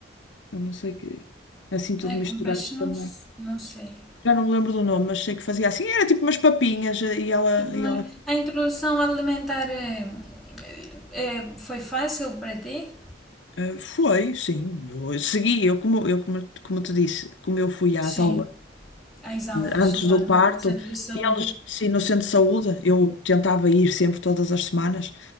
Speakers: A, on the left; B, in the centre.
A: eu não sei que, assim tudo
B: Ai,
A: misturado
B: com peixe não,
A: também.
B: s- não sei.
A: Já não me lembro do nome, mas sei que fazia assim, era tipo umas papinhas, eh, e ela,
B: Tipo, Mas
A: e ela
B: a introdução alimentar é, é- é- foi fácil para ti?
A: eh, foi, sim, eu segui, eu como, eu como, como te disse, como eu fui às
B: Sim.
A: aulas
B: As aulas
A: antes
B: lá
A: do
B: no
A: parto.
B: centro de saúde.
A: E eles, sim, no centro de saúde, eu tentava ir sempre todas as semanas.